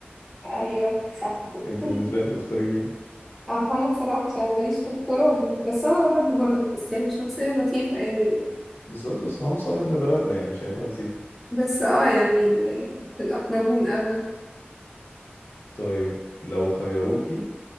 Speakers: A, in the centre; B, on the left (about 70°).
A: ايوه صح <laughs>
B: انت بالنسبة لك هتختاري مين
A: أنا محمد صلاح عشان ماليش في الكورة وب- بس أنا بحبه برضه كريستيانو شخصية لطيفة يعني
B: بالظبط بس محمد صلاح ابن بلدنا يعني مش هينفع نسيبه
A: بس اه يعني ال- الأقربون أولى
B: طيب لو خيروكي